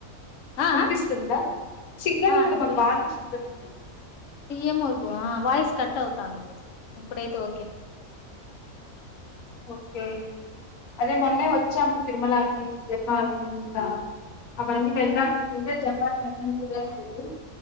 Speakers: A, on the left; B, on the left.
A: ఆ
B: వినిపిస్తుందా
A: ఆ
B: సిగ్గలు
A: ఆ
B: ఇక్కడ
A: ఇప్పుడు
B: మాకు
A: విన్
B: బాగా అంటుంది
A: ఏమో వాయిస్ కట్ అవుతాం మీది ఇప్పుడైతే ఓకే
B: ఓకే అదే మొన్నే వచ్చాము తిరుమలకి జప్పాలి ఇంకా అవన్నీ వెళ్దామ అనుకుంటే జపాన్ వెళ్ళంతదా లేదు